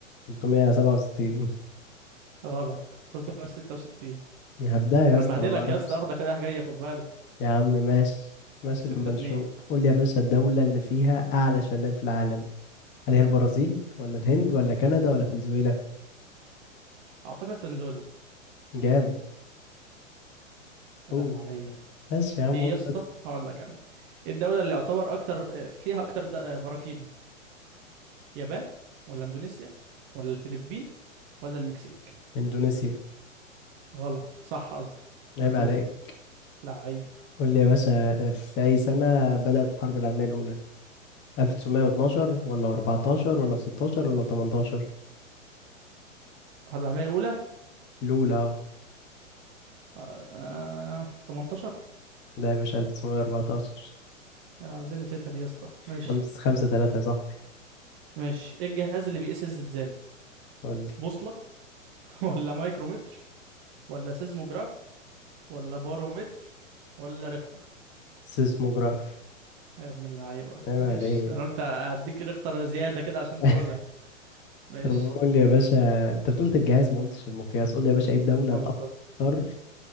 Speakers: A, on the left; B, on the right.
A: 367
B: غلط تلتمية ستة وستين
A: هبدأ <laughs>
B: ده
A: يا
B: أنا
A: اسطى
B: مبهدلك
A: أنا ما أعرفش
B: يا اسطى واخدك رايح جاي خد بالك
A: يا عم ماشي ماشي
B: ستة
A: لما
B: اتنين
A: نشوف قول لي يا باشا الدولة اللي فيها أعلى شلال في العالم هل هي البرازيل ولا الهند ولا كندا ولا فنزويلا
B: أعتقد فنزويلا
A: جامد
B: يا
A: قول
B: لهوي عليا
A: بس يا عم
B: إيه
A: قول
B: يا اسطى
A: بس
B: هقول لك أنا إيه الدولة اللي يعتبر أكتر آه، فيها أكتر د- آه، براكين يابان ولا إندونيسيا ولا الفلبين ولا المكسيك
A: إندونيسيا
B: غلط صح قصدي مظبوطة
A: عيب عليك
B: لعيب
A: قول لي يا باشا آه، في أي سنة بدأت الحرب العالمية الأولى 1912 ولا 14 ولا 16 ولا 18
B: حرب العالمية الأولى
A: الأولى اه
B: آه، آه، 18
A: ده يا باشا 1914
B: أنا عاوزين نسيتها دي يا اسطى ماشي
A: خمسة خمسة تلاتة يا صاحبي
B: ماشي ايه الجهاز اللي بيقيس الزلزال
A: قول لي
B: بوصلة <laughs> ولا مايكرومتر ولا سيزموجراف ولا بارومتر ولا ريختر
A: سيسموجراف
B: يا ابن اللعيبة
A: عيب
B: ماشي
A: عليك
B: انا قلت هديك ريختر زيادة كده عشان
A: <laughs>
B: تقولها ماشي
A: طب قول لي يا باشا انت بتقول الجهاز ما قلتش المقياس قول لي يا باشا ايه الدولة
B: ما
A: الاكثر
B: بالظبط